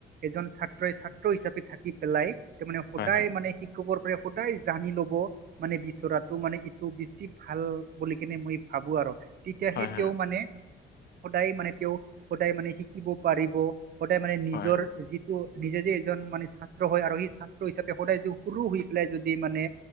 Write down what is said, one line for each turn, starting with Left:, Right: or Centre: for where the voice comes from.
Right: এজন ছাত্ৰই ছাত্ৰ হিচাপে থাকি পেলাই তাৰ মানে সদায়
Left: হয় হয়
Right: মানে শিক চবৰ পৰাই সদায় জানি ল'ব। মানে বিচৰাটো মানে এইটো বেছি ভাল বুলি কেনে মই ভাবো আৰু। তেতিয়াহে
Left: হয় হয়
Right: তেওঁ মানে সদায় মানে তেওঁ সদায় মানে শিকিব পাৰিব। সদায় মানে নিজৰ
Left: হয় হয়
Right: যি নিজে যে এজন মানে ছাত্ৰ হয় আৰু সেই ছাত্ৰ হিচাপে সদায় যদি সুৰু হৈ পেলাই যদি মানে